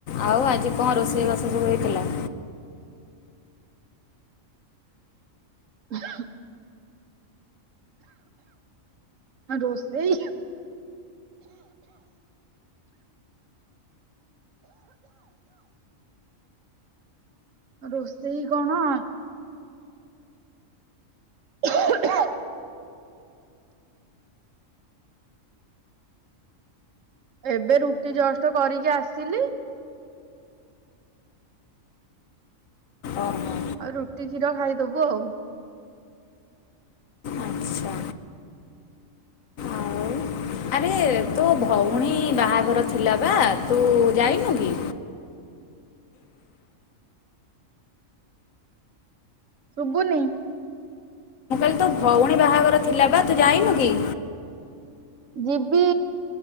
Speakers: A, on the left (about 80°); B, on the right (about 70°).
A: ଆଉ ଆଜି କଣ ରୋଷେଇବାସ ସବୁ ହେଇଥିଲା?
B: ହଁ ରୋଷେଇ ରୋଷେଇ କଣ? ଠା <unintelligible> ଏବେ ରୁଟି ଜଷ୍ଟ କରିକି ଆସିଲି।
A: ଓହୋ
B: ଆଉ ରୁଟି କ୍ଷୀର ଖାଇଦବୁ ଆଉ।
A: ଆଚ୍ଛା ଆଉ ଆରେ ତୋ ଭଉଣୀ ବାହାଘର ଥିଲା ବା ତୁ ଯାଇନୁ କି?
B: ଶୁଭୁନି?
A: ଏ ତୋ ଭଉଣୀ ବାହାଘର ଥିଲା ବା ତୁ ଯାଇନୁ କି?
B: ଯିବି